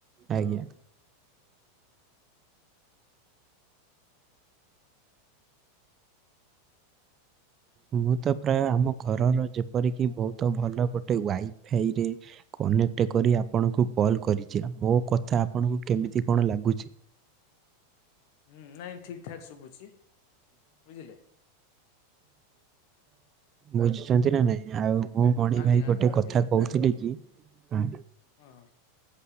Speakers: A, on the right; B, on the left.
A: ଆଜ୍ଞା। ମୁଁ ତ ପ୍ରାୟ ଆମ ଘରର ଯେପରିକି ବହୁତ ଭଲ ଗୋଟେ ୱାଇ ଫାଇରେ କନେକ୍ଟ କରି ଆପଣଙ୍କୁ କଲ କରିଚି ମୋ କଥା ଆପଣଙ୍କୁ କେମିତି କଣ ଲାଗୁଚି?
B: ହୁଁ ନାଇଁ ଠିକ ଠାକ୍ ଶୁବୁଚି ବୁଝିଲେ
A: ବୁଝୁଚନ୍ତି ନା ନାଇଁ ଆଉ ମୁଁ ମଣି
B: ଆଜ୍ଞା
A: ଭାଇ
B: ଆଜ୍ଞା
A: ଗୋଟେ
B: ଆଜ୍ଞା
A: କଥ କହୁଥିଲି କି ହୁଁ।
B: ହଁ